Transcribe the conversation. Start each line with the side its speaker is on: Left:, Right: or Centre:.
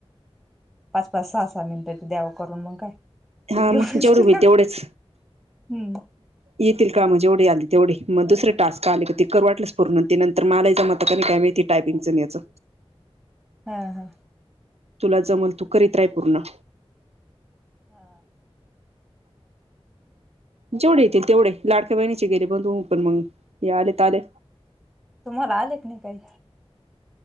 Centre: पाच-पाच, सहा- सहा मिनटां आहे तर द्यावं करून मग काय.
Right: हा
Centre: एवढं.
Right: मग जेवढं होईल तेवढेच.
Centre: हम्म
Right: येतील का मग जेवढे आले तेवढे मग दुसरे टास्क आले का ते करू वाटलंस पूर्ण ते नंतर मला ही जमत त का नाही, काय माहिती टायपिंगच न याचं
Centre: हा- हा.
Right: तुला जमलं तू करीत राहि पूर्ण.
Centre: हा,
Right: जेवढे येतील तेवढे लाडक्या बहिणीचे गेले बंद होऊन, पण मग हे आलेत आले.
Centre: तुम्हांला आले क नाही काही?